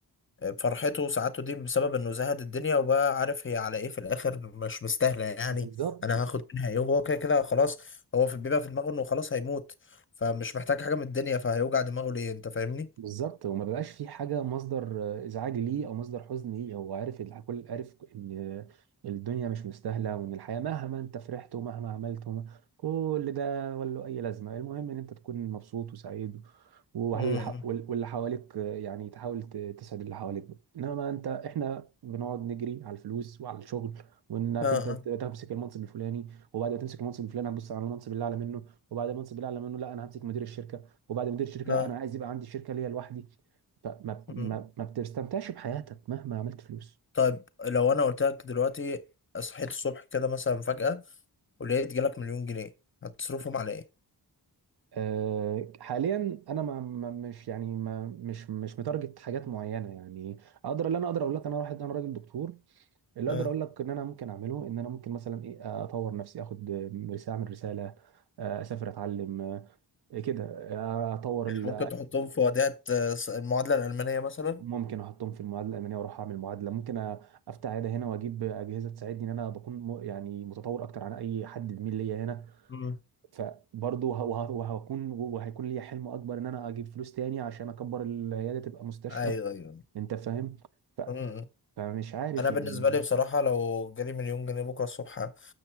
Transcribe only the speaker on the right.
بالظبط
بالظبط وما بقاش في حاجه مصدر آه، ازعاج ليه او مصدر حزن ليه هو عارف الح- كل عارف ان الدنيا مش مستاهله وان الحياه مهما انت فرحت ومهما عملت وما كل ده ولا له اي لازمه المهم ان انت تكون مبسوط وسعيد وهل
واللي حواليك آه، يعني تحاول ت- تسعد اللي حواليك انما انت احنا بنقعد نجري على الفلوس وعلى الشغل وانك
انت ت-
تمسك المنصب الفلاني وبعد ما تمسك المنصب الفلاني هتبص على المنصب اللي اعلى منه وبعد المنصب اللي اعلى منه لا انا همسك مدير الشركه وبعد مدير الشركه
لا انا عايز يبقى عندي شركه ليا لوحدي فما
ما ما بتستمتعش بحياتك مهما عملت فلوس
أه حاليا انا ما ما- مش يعني ما مش مش متارجت حاجات معينه يعني اقدر اللي انا اقدر اقول لك انا واحد انا راجل دكتور اللي
اقدر اقول لك ان انا ممكن اعمله ان انا ممكن مثلا ايه اطور نفسي اخد رساله اعمل رساله آه، اسافر اتعلم آه، كده آه، اطور
ال-
ممكن احطهم في المعادله الالمانيه واروح اعمل معادله ممكن أ- افتح عياده هنا واجيب اجهزه تساعدني ان انا بكون م- يعني متطور اكتر عن اي حد زميل ليا هنا
فبرضه وه- وه- وهكون وهيكون ليا حلم اكبر ان انا اجيب فلوس تاني عشان اكبر العياده تبقى مستشفى
انت فاهم ف-
فمش عارف
يعني